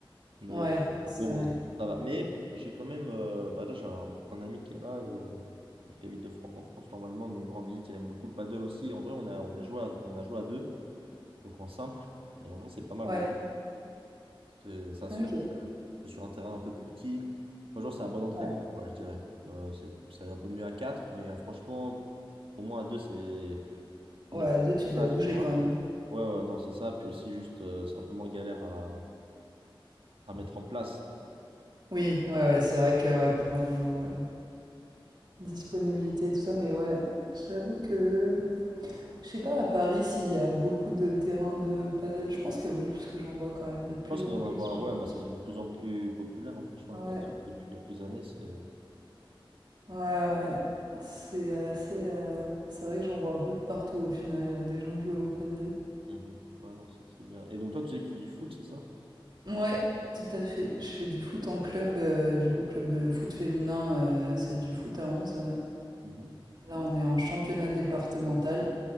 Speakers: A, on the right; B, on the right.
A: Mais,
B: Ouais,
A: euh,
B: c'est
A: mais bon,
B: vrai.
A: ça va. Mais j'ai quand même, euh, bah là, j'ai un, un ami qui est là et et qui habite de Fran- en France normalement, mais il me rend visite. Il aime beaucoup le paddle aussi. En vrai, on a, on a joué à- on a joué à deux donc en simple. Et en vrai, c'est pas mal
B: Ouais,
A: non plus. C'est- Ça se
B: OK,
A: fait c'est sur un terrain un peu plus petit. Franchement, c'est un bon entraînement,
B: ouais.
A: quoi, je dirais. Euh, c'est c'est un peu mieux à 4 mais en- franchement, au moins à 2 c'est... on
B: Ouais,
A: est plus
B: 2
A: efficace,
B: tu dois bouger
A: tu vois.
B: quand même.
A: Ouais, ouais, non, c'est ça. Puis aussi, juste, euh, c'est un peu moins galère à, à mettre en place.
B: Oui, ouais, ouais, c'est vrai que ouais, pour un niveau euh, disponibilité et tout ça, mais ouais, j'avoue que je sais pas à Paris s'il y a beaucoup de terrains de paddle. Je pense que oui, puisque j'en vois quand même de plus
A: Je pense que
B: en
A: d'en
B: plus,
A: avoir,
B: j'ai l'impression.
A: ouais, bah, ça devient de plus en plus populaire, hein, franchement,
B: Ouais,
A: le paddle, là, depuis quelques années, c'est...
B: ouais, ouais. C'est assez. euh, C'est vrai que j'en vois un peu de partout au final, euh, des gens jouer au paddle.
A: Mhm. Ouais, non, c'est c'est bien. Et donc, toi, tu disais que tu dis foot, c'est ça?
B: Ouais, tout à fait. Je fais du foot en club, euh, du coup, club de foot féminin, euh, c'est du foot à 11.
A: Mhm.
B: Là, on est en championnat départemental